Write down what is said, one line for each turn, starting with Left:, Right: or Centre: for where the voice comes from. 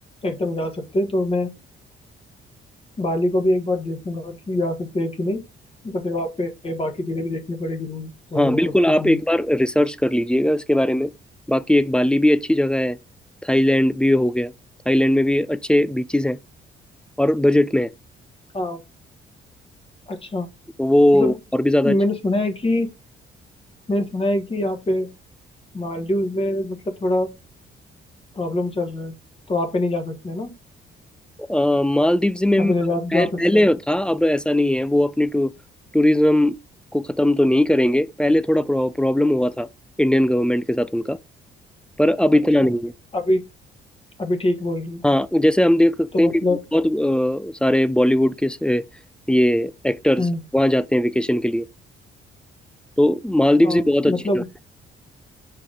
Left: एकदम जा सकते हैं तो मैं बाली को भी एक बार देखूंगा कि आ सकते हैं कि नहीं तो फिर वहाँ पे बाकी चीज़ें भी देखनी पड़ेगी रूम वगैरह
Centre: हाँ बिल्कुल
Left: सब कुछ
Centre: आप
Left: भी
Centre: एक बार रिसर्च कर लीजिएगा इसके बारे में बाकी एक बाली भी अच्छी जगह है थाईलैंड भी हो गया थाईलैंड में भी अच्छे बीचेस हैं और बजट में है
Left: हाँ अच्छा
Centre: तो वो
Left: मतलब
Centre: और भी ज़्यादा अच्छा
Left: मैंने सुना है कि मैंने सुना है कि यहाँ पे मालदीव्स में मतलब थोड़ा प्रॉब्लम चल रहा है तो वहाँ पे नहीं जा सकते है ना
Centre: अ, मालदीव्स में
Left: या फिर जा,
Centre: पह-
Left: जा सकते
Centre: पहले
Left: हैं
Centre: था अब ऐसा नहीं है वो अपनी टू, टूरिज्म को ख़त्म तो नहीं करेंगे पहले थोड़ा प्रॉब्लम हुआ था इंडियन गवर्नमेंट के साथ उनका पर अब इतना
Left: अच्छा
Centre: नहीं है
Left: अभी अभी ठीक बोल रही हूँ।
Centre: हाँ जैसे हम देख सकते
Left: तो
Centre: हैं
Left: मतलब
Centre: कि बहुत अ, सारे बॉलीवुड के से ये एक्टर्स
Left: हम्म,
Centre: वहाँ जाते हैं वेकेशन के लिए तो मालदीव्स
Left: हाँ
Centre: भी बहुत अच्छी
Left: मतलब
Centre: जगह